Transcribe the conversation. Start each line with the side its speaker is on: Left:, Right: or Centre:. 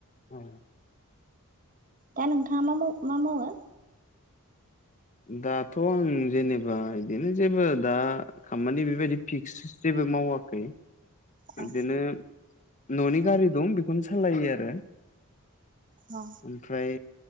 Left: औ
Right: दा नोंथाङा मा मा मावो?
Left: दाथ' आं जेनेबा बिदिनो जेबो दा खामानि बेबायदि फिक्स जेबो मावाखै बिदिनो
Right: अ
Left: न'नि गारि दं बेखौनो सालायो आरो
Right: अ
Left: ओमफ्राय